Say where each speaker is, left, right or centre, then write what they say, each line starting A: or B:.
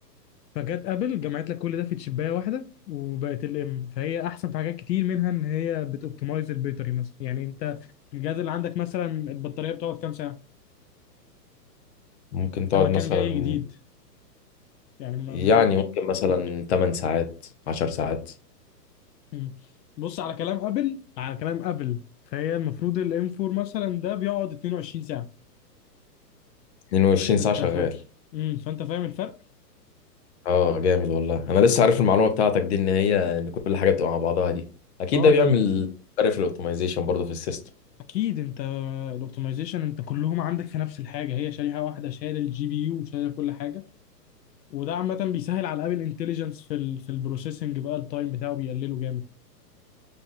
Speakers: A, on the left (about 75°); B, on the left (about 40°).
A: فجت ابل جمعت لك كل ده في تشبايه واحده وبقت الام فهي احسن في حاجات كتير منها ان هي بتوبتمايز البيطري مثلا يعني انت الجهاز اللي عندك مثلا البطاريه بتقعد كام ساعه
B: ممكن تقعد
A: لما كان
B: مثلا
A: جاي جديد يعني ما-
B: يعني
A: ممكن
B: ممكن مثلا 8 ساعات 10 ساعات
A: مم. بص على كلام ابل على كلام ابل فهي المفروض الام 4 مثلا ده بيقعد 22 ساعه
B: 22 ساعه
A: انت
B: شغال
A: فاهم امم فانت فاهم الفرق
B: اه جامد والله انا لسه عارف المعلومه بتاعتك دي ان هي ان كل حاجه بتبقى مع بعضها دي اكيد
A: اه
B: ده
A: ما...
B: بيعمل فرق في الاوبتمايزيشن برضه في السيستم
A: اكيد انت الاوبتمايزيشن انت كلهم عندك في نفس الحاجه هي شريحه واحده شايله الجي بي يو وشايله كل حاجه وده عامة بيسهل على ابل انتليجنس في ال في البروسيسنج بقى التايم بتاعه بيقلله جامد